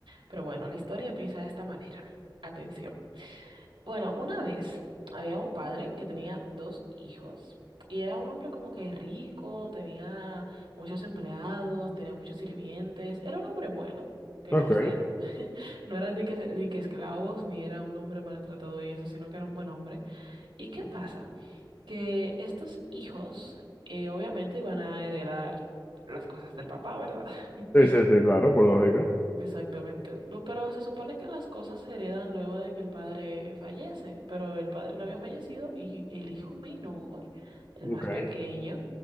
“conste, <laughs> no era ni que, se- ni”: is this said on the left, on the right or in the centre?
Right